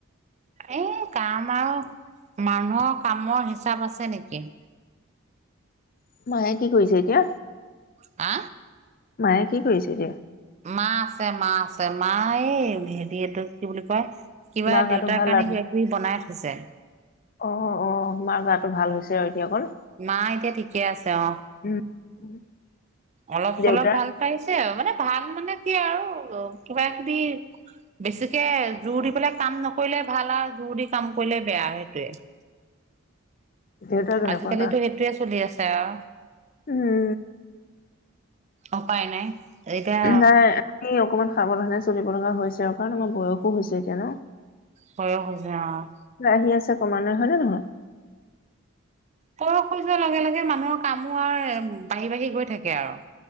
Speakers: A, on the right; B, on the left.
A: এই কাম আৰু মানুহৰ কামৰ হিচাপ আছে নেকি।
B: <unintelligible> কি কৰিছে এতিয়া?
A: আ?
B: মায়ে কি কৰিছে এতিয়া?
A: মা আছে, মা আছে। মা এই হেৰি এইটো কি বুলি কয় কিবা
B: মাৰ গাটো
A: দেউতাৰ
B: ভাল
A: কাৰণে
B: আৰু
A: কিবা কিবি বনাই থৈছে।
B: অ', অ', মাৰ গাটো ভাল হৈছে আৰু এতিয়া অকণ?
A: মা এতিয়া ঠিকে আছে অ'।
B: <inaudible>
A: অলপ
B: দেউতাৰ
A: চলপ ভাল পাইছে আৰু। মানে ভাল মানে কি আৰু কিবা কিবি বেছিকে জোৰ দি পেলাই কাম নকৰিলে ভাল আৰু, জোৰ দি কাম কৰিলে বেয়া আৰু সেইটোয়ে।
B: দেউতাৰ কেনেকুৱা
A: আজিকালিতো সেইটোয়ে চলি আছে আও।
B: উ।
A: অপায় নাই। এতিয়া
B: নাই, আমি অকমান সাৱধানে চলিব লগা হৈছে আৰু, কাৰণ আমাৰ বয়সো হৈছে এতিয়া ন।
A: বয়স হৈছে অ'।
B: আহি আছে ক্ৰমান্বয়ে হয় নে নহয়?
A: বয়স হৈ যোৱাৰ লগে লগে মানুহৰ কামো আৰু বাঢ়ি বাঢ়ি গৈ থাকে আৰু।